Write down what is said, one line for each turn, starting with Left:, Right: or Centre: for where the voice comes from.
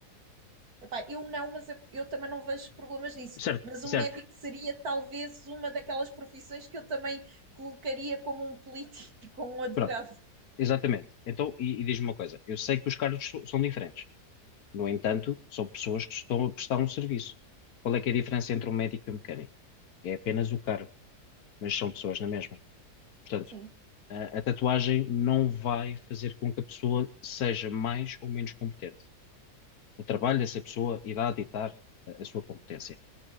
Right: Epá, eu não, mas eu, eu também não vejo problemas nisso.
Left: Certo,
Right: Mas
Left: certo,
Right: o médico seria talvez uma daquelas profissões que eu também colocaria como um político, como um advogado.
Left: pronto, exatamente. Então, e, e diz-me uma coisa, eu sei que os cargos so- são diferentes. No entanto, são pessoas que estão a prestar um serviço. Qual é que é a diferença entre um médico e um mecânico? É apenas o cargo, mas são pessoas na mesma. Portanto,
Right: Sim.
Left: a, a tatuagem não vai fazer com que a pessoa seja mais ou menos competente. O trabalho dessa pessoa irá ditar a a sua competência.